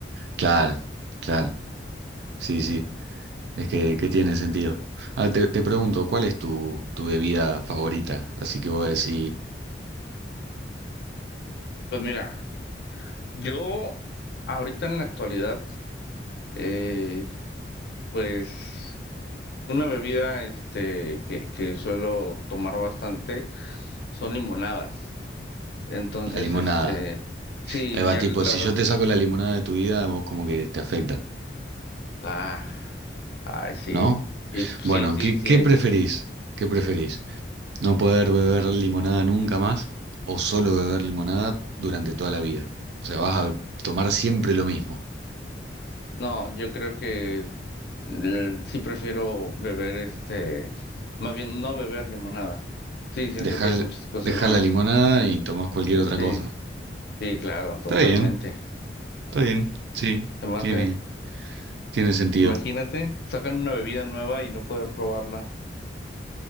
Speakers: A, on the right (about 70°); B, on the left (about 60°).
A: Claro, claro. Sí, sí. Es que, que tiene sentido. Ah, te, te pregunto, ¿cuál es tu, tu bebida favorita? Así que vos decís
B: Pues mira, yo ahorita en la actualidad, eh, pues una bebida este, que, que suelo tomar bastante son limonadas. Entonces,
A: la limonada.
B: este, sí,
A: Ahí va,
B: ya
A: tipo,
B: la
A: si
B: verdad,
A: yo te saco la limonada de tu vida, vos como que te afecta,
B: ah, ah, sí,
A: ¿no?
B: sí, sí,
A: Bueno,
B: sí,
A: ¿qué,
B: sí.
A: qué preferís? ¿Qué preferís? ¿No poder beber limonada nunca más o solo beber limonada durante toda la vida? O sea, vas a tomar siempre lo mismo.
B: No, yo creo que eh, sí prefiero beber este, más bien no beber limonada. Sí, siento
A: Dejar,
B: que hay muchas cosas
A: dejar
B: más.
A: la limonada y tomás cualquier otra
B: Sí,
A: cosa.
B: sí, claro, totalmente.
A: Está bien, está bien, sí,
B: Se me
A: tiene,
B: hace,
A: tiene sentido.
B: imagínate, sacan una bebida nueva y no poder probarla.